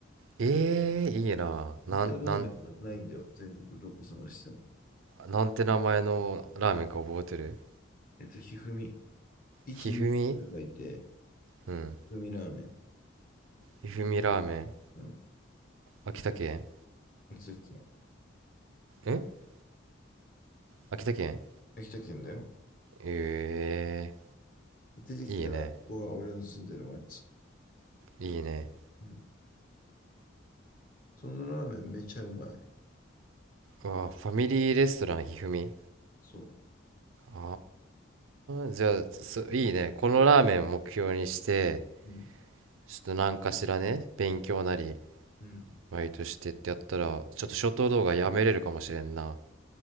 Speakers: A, on the right (about 85°); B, on the left (about 45°).
A: ええー、いいな。
B: い。
A: なん、
B: 似たラーメンがないんだよ。
A: なん、
B: 全国どこ探しても。
A: なんて名前のラーメンか覚えてる
B: えっと、ひふみ。123って書いて、
A: ひふみうん。
B: ひふみラーメン。
A: ひふみラーメン。
B: うん。
A: 秋田県
B: 秋田県。
A: ん秋田県
B: 秋田県だよ。
A: え
B: 出てきたら、
A: えーいいね。
B: ここは俺の住んでる町。
A: いいね。
B: うん。そのラーメンめちゃうまい。
A: わあ、ファミリーレストランひふみ。
B: そ
A: あー、じゃあ、そいいね。このラーメンを目標にして、
B: う。うん。
A: ちょっと何かしらね、勉強なり、
B: うん。
A: バイトしてってやったら、ちょっとショート動画やめれるかもしれんな。